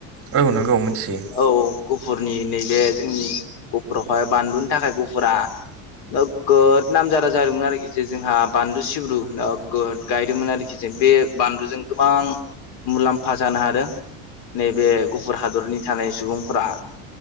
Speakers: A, on the right (about 30°); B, on the left (about 65°).
A: औ नंगौ मिथियो नोंथां
B: औ गुफुरनि नैबे जोंनि गुफुरावहाय बानलुनि थाखाय गुफुरा। नोगोद नामजादा जादोंमोन आरोखि जे जोंहा बानलु सिब्रु गोदो-गोदाय गायदोंमोन आरोखि बे बानलुजों गोबां मुलाम्फा जानो हादों। नैबे गुफुर हादरनि थानाय सुबुंफोरा